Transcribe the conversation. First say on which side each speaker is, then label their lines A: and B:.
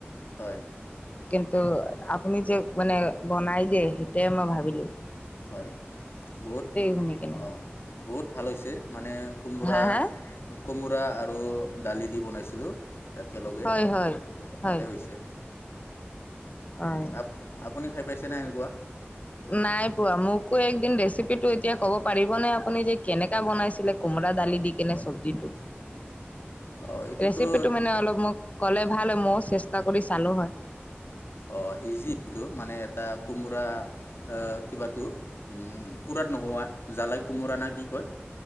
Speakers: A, on the left (about 70°); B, on the left (about 35°).
A: হয়।
B: কিন্তু আপুনি যে মানে বনাই যে সেইটোয়েই মই ভাবিলোঁ।
A: হয়, বহুত,
B: শুনি কেনে
A: অঁ। বহুত ভাল হৈছে মানে কোমোৰা
B: হা হা
A: কোমোৰা আৰু দালি দি বনাইছিলোঁ একেলগে
B: হয় হয় হয়
A: ভালেই হৈছে।
B: হয়।
A: আপ-আপুনি খাই পাইছেনে এনেকুৱা?
B: নাই পোৱা, মোকো একদিন ৰেচিপিটো এতিয়া ক'ব পাৰিবনে আপুনি যে কেনেকা বনাইছিলে কোমৰা দালি দি কেনে চব্জিটো?
A: অঁ এইটোতো
B: ৰেচিপিটো মানে অলপ মোক ক'লে ভাল হয় মইয়ো চেষ্টা কৰি চালো হয়।
A: অঁ' ইজিটো মানে এটা কোমোৰা কিবাটো, উমঁ' পুৰাত নোহোৱা জালাই কুমোৰা না কি কয়?